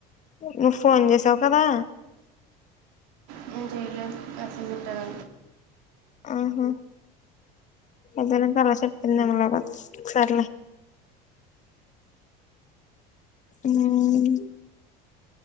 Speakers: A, on the left; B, on the right.
A: నువ్వు ఫోన్ చేసావు కదా
B: నేను చేయలేదు అసలు చెప్పానా
A: ఆహా ఇదెందుకల చెప్పందిమల్ల సర్లే మ్మ్